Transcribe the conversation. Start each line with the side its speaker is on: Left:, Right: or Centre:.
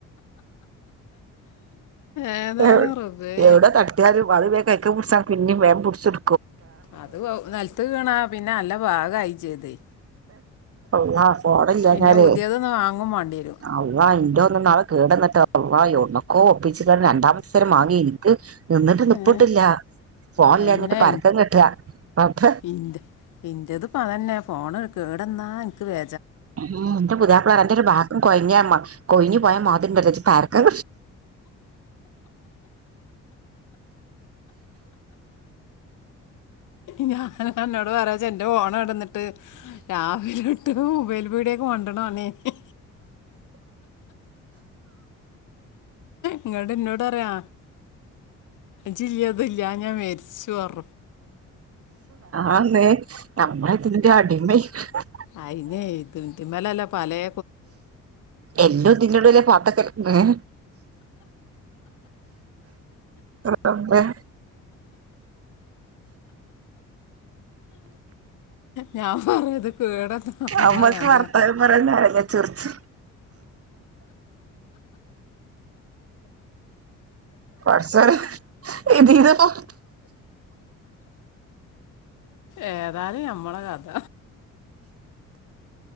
Left: ഏതായാലും
Right: എവ്
Left: റബ്ബേ
Right: എവടെ തട്ട്യാലും അത് വേ കൈക്കെ പുടിച്ച പിന്നിം വേം പുട്ച്ചും.
Left: അത് വൗ നെല്ത്ത് വീണാ പിന്നെ നല്ല പാകയി ചെയ്ത്.
Right: അള്ളാ ഫോണില്ലാ
Left: പിന്നെ
Right: ഞാല്
Left: പുതിയതൊന്ന് വാങ്ങും വാണ്ടിയരും
Right: അല്ലാഹ് ഇന്റെ ഇന്നാള് കേടന്ന്ട്ടെ അല്ലാഹ് യൗട് ന്‌ക്കോ ഒപ്പിച്ച് ങ്ങാണ്ട് രണ്ടാമത്ത് ഫോൺ മാങ്ങി എനിക്ക്. എന്ന്ട്ട് നിപ്പ്ട്ടില്ല.
Left: ഏഹ്
Right: ഫോണില്ലാഞ്ഞിട്ട്
Left: തന്നെ
Right: പരക്കം കെട്ടാ അപ്പ
Left: ഇന്റെ ഇന്റെതിപ്പോ അതന്നെ ഫോണ് കേടന്നാ ഇൻക്ക് വേ
Right: ഉം ന്റെ പുതാപ്പളാ പറ്യ അൻ്റൊരു ഭാഗം കൊയ്ഞ്ഞ് പോയാ മാതിരിണ്ടല്ലോ ജ്ജ് പരക്കെ
Left: ഞൻ അന്നോട് പറ്യാചാ ന്റെ ഫോണെടന്നിട്ട് രാവിലൊട്ട് മൊബൈൽ. പീടേക്ക് മണ്ട്ണ പണ്യേ നി ഇങ്ങട്ട് ഇന്നോടറ്യാ. ജില്യേ അത് ല്യാഞാ മെരിച്ചു ഒറ
Right: ആന്ന് ഞമ്മളതിന്റെ അടിമയ് <unintelligible>
Left: അയിനെ ത്‌ത് മലല്ലേ പലെ
Right: എല്ലോ ഇതിന്റുള്ളില് പാത്തക്കല് ഏ റബ്ബേ
Left: ണാം പർഞ്ഞത് കേട നമ്മളെ
Right: ഞമ്മക്ക്
Left: കഥ
Right: വർത്താനം പറ്യാൻ നേരല്ല ചിർച്ച്. പക്ഷെ ഇതിന്ന് പ്പം
Left: ഏതാലും നമ്മളെ കഥ